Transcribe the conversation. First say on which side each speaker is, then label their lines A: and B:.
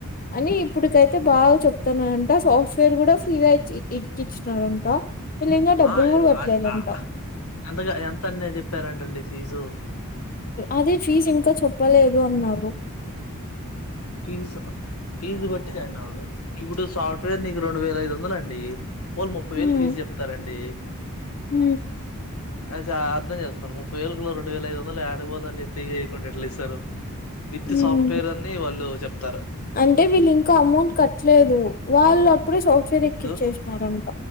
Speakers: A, on the left (about 40°); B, on the left (about 75°).
A: అని ఇప్పుడికైతే బాగా చెప్తాన్నా టా సాఫ్ట్వేర్ కూడా ఫ్రీ గా ఇ ఇకి ఇచ్చినారంట ఈ లింక డబ్బులు
B: ఆ
A: కూడా కట్టలేదుంట
B: అన్ ఆ ఎంతగా ఎంత అన్న చెప్పారంటండి ఫీజు
A: అదే ఫీజు ఇంకా చెప్పలేదు అన్నారు.
B: ఫీస్ ఫీజు బట్టి జాయిన్ అవ్వాలి ఇప్పుడు సాఫ్ట్వేర్ నీకు రెండు వేల ఐదు వందల అండి పోని ముప్పై
A: హ్మ్
B: వేలు ఫీజు చెప్తారండి
A: హ్మ్
B: అ అర్థం చేసుకోండి ముప్పై వేలకులో రెండు వేల ఐదు వందలు ఎడికిపోతుదండి ఫ్రీ గా ఇయ్యకుండా ఎట్లా ఇస్తారు. విత్
A: హ్మ్
B: సాఫ్ట్వేర్ అని వాళ్ళు చెప్తారు
A: అంటే వీళ్ళు ఇంకా అమౌంట్ కట్టలేదు వాళ్ళు అప్పుడే సాఫ్ట్వేర్
B: ఇప్పుడు
A: ఎక్కించేసినారంట